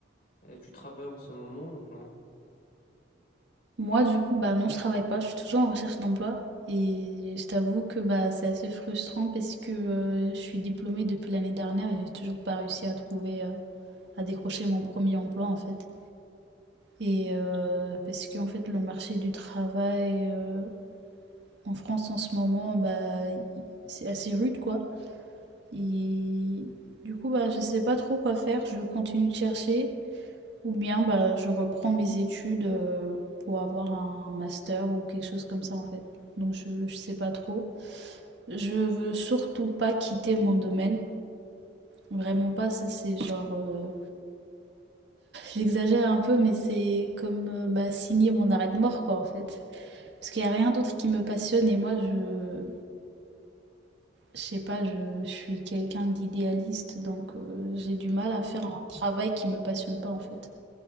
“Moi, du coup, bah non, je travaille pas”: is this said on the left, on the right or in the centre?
Right